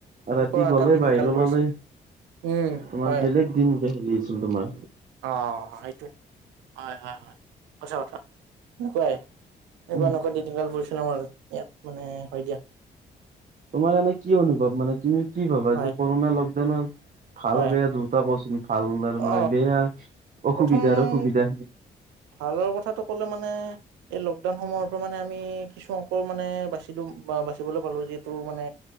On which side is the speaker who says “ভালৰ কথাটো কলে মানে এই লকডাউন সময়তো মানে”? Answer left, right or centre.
Right